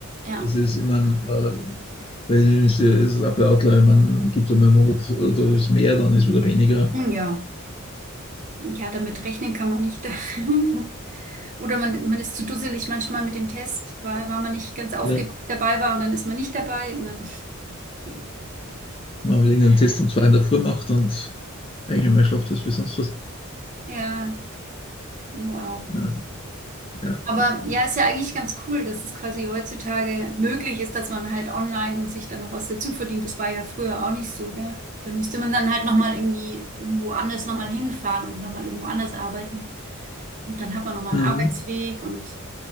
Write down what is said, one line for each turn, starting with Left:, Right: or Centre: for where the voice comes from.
Right: Ja.
Left: Es ist, immer, äh, weil es ist ein Man gibt es einmal einen Monat, äh, da ist mehr, dann ist wieder weniger.
Right: Ja. Ja, damit rechnen kann man nicht. <laughs> Oder man, man ist zu dusselig manchmal mit dem Test, weil, weil man nicht ganz aufgeguckt
Left: Ja.
Right: dabei war und dann ist man nicht dabei. Und dann, <laughs>
Left: Man hat irgendeinen Test um zwei in der Früh gemacht und eigentlich mehr schlaft als wie sonst was.
Right: ja, wow.
Left: Nein, ja,
Right: Aber
Left: das kann
Right: ja,
Left: ich.
Right: ist ja eigentlich ganz cool, dass es quasi heutzutage möglich ist, dass man halt online sich dann noch was dazu verdient. Das war ja früher auch nicht so, gell? Da musste man dann halt nochmal irgendwie irgendwo anders nochmal hinfahren und nochmal irgendwo anders arbeiten. Und dann hat man nochmal
Left: Mhm.
Right: einen Arbeitsweg und